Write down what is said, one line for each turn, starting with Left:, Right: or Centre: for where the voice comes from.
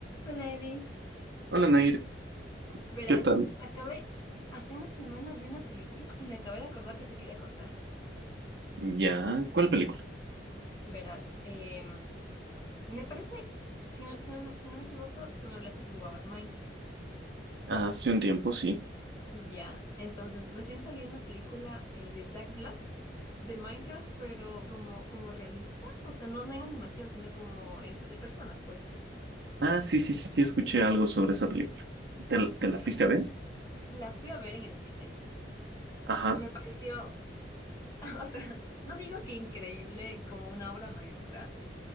Left: Hola Eddie,
Right: Hola Nair,
Left: verás,
Right: ¿qué tal?
Left: acabé, hace una semana vi una película y me acabé de acordar que te quería contar.
Right: Ya, ¿cuál película?
Left: Verás, em, me parece, si no, si no me si no me equivoco, tú me hablaste que jugabas Minecraft.
Right: Hace un tiempo, sí.
Left: Ya, entonces recién salió una película eh, de Jack Black de Minecraft, pero como, como realista, o sea, no, no en animación, sino como en- de personas, pues.
Right: Ah, sí, sí, sí, sí, escuché algo sobre esa película. ¿Te, la te la
Left: Ya,
Right: fuiste a ver?
Left: la fui a ver en el cine,
Right: Ajá.
Left: me pareció, <laughs> o sea, no digo que increíble como una obra maestra